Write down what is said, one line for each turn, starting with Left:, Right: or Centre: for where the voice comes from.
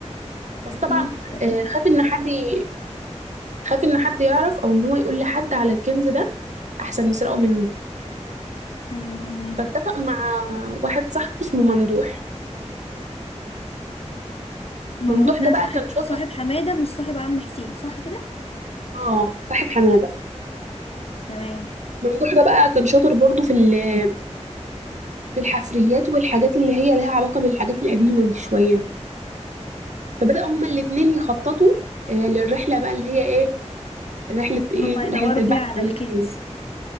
Right: بس
Left: أكيد
Right: طبعا
Left: أكيد
Right: آه، خاف إن حد ي- خاف إن حد يعرف أو إن هو يقول لحد على الكنز ده أحسن يسرقه منه
Left: أيوة فهماكي
Right: فاتفق مع واحد صاحبه اسمه ممدوح
Left: ممدوح
Right: ممدوح
Left: ده
Right: ده بقى
Left: صاحب
Right: كان شاطر
Left: صاحب حمادة مش صاحب عم حسين صح كده؟
Right: اه صاحب حماده
Left: تمام
Right: ممدوح ده بقى كان شاطر برضو في ال- في الحفريات والحاجات اللي هي لها علاقه بالحاجات القديمه دي شويه فبدأ هما الاتنين يخططوا آه، للرحله بقى اللي هي ايه رحله ايه
Left: ان هم يدوروا
Right: رحله البحث
Left: فيها على
Right: عن
Left: الكنز
Right: السفينه